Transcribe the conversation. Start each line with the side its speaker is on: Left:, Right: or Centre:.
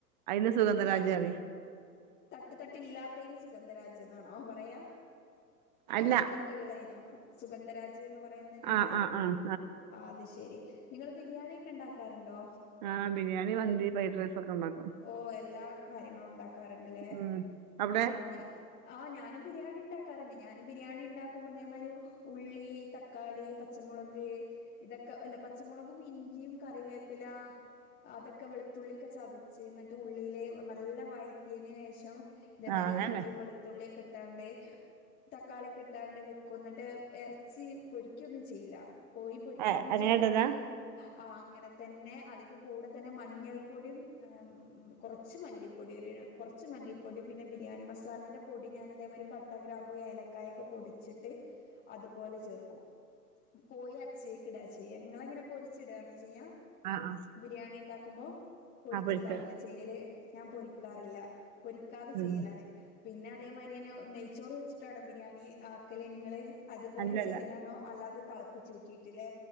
Right: അയിന് സുഗന്ധരാജ്റും.
Left: ത തട്ട് തട്ട് ഇല്ലാത്തേന്. സുഗന്ധരാജ് ന്നാണോ പറയാ
Right: അല്ല
Left: തട്ട് തട്ടിള്ളയിനം സുഗന്ധരാജ ന്ന് പറയുന്നെ നിങ്ങള്.
Right: ആഹ് ആഹ് ആഹ്
Left: ആഹ് അത് ശെരി നിങ്ങള് ബിരിയാണിക്കെ ഇണ്ടാക്കാറുണ്ടോ?
Right: ആഹ് ബിരിയാണി, മന്തി, ഫ്രൈഡ് റൈസൊക്കെ ഒണ്ടാക്കും.
Left: ഓ എല്ലാ കാര്യങ്ങളും ഉണ്ടാക്കാറ് ട് ലേ
Right: ഉം
Left: പിന്നെ
Right: അവടെ
Left: ഓ ഞാ ആഹ് ഞാനും ബിരിയാണി ഇണ്ടാക്കാറുണ്ട്. ഞാനും ബിരിയാണി ഇണ്ടാക്കുമ്പോ ഇതേമാതിരി ഉള്ളി. തക്കാളി, പച്ചമുളക് ഇതൊക്കെ ഒല്ല പച്ചമുളകും ഇഞ്ചിം കറിവേപ്പില. അതൊക്കെ വെളുത്തുള്ളിക്കെ ചതച്ച് എന്നിട്ട് ഉള്ളിലെ നല്ല വഴറ്റിയേന് ശേഷം. ഇതേമായിരി
Right: ആഹ് അങ്ങനെന്നെ
Left: ഇഞ്ചിം വെളു തുള്ളിയൊക്കെ ഇട്ടാണ്ട് തക്കാളിയൊക്കെ ഇട്ടാണ്ട് വെക്കും. എന്നിട്ട് എറച്ചി പൊരിക്കൊന്നും ചെയ്യില്ല. കോഴി പൊരിക്കൊന്നും
Right: ഏഹ് അങ്ങനെ
Left: ചെയ്യാതെ
Right: ഇടലാ
Left: ആഹ് അങ്ങനെ തന്നെ അതിന്റെ കൂടെ തന്നെ മഞ്ഞൾപ്പൊടിം ഏഹ് ഉം കൊറച്ച് മല്ലിപ്പൊടീടെണം കൊറച്ച് മല്ലിപ്പൊടി പിന്നെ ബിരിയാണി മസാലേന്റെ പൊടി. ഞാൻ ഇതേമായിരി പ ട്ട, ഗ്രാമ്പൂ, ഏലക്കായൊക്കെ പൊടിച്ചിട്ട്. അതുപോലെ ചേർക്കും. കോഴി അച്ചെയക്ക് ഇടാ ചെയ്യ നിങ്ങളെങ്ങനാ പൊരിച്ചിടാണോ ചെയ്യ.
Right: ആഹ് ആഹ്
Left: ബിരിയാണി ഇണ്ടാക്കുമ്പോ പൊരിച്ചിട്ടാവും
Right: ആഹ് പൊരിക്കലാ
Left: ഇല്ലെ ചെയ്യല് ഞാൻ പൊരിക്കാറില്ല. പൊരിക്കാതെ
Right: ഉം
Left: ചെയ്യലാണ്. പിന്നെ അതേമായിരി തന്നെ നെയ്ച്ചോറ് വെച്ചിട്ടാണോ ബിരിയാണി ആക്കല്. നിങ്ങള് അതുപോലെ
Right: അല്ലല്ല
Left: ചെയ്യലാണോ? അത് തളപ്പിച്ചൂ ഉറ്റിട്ടില്ലേ?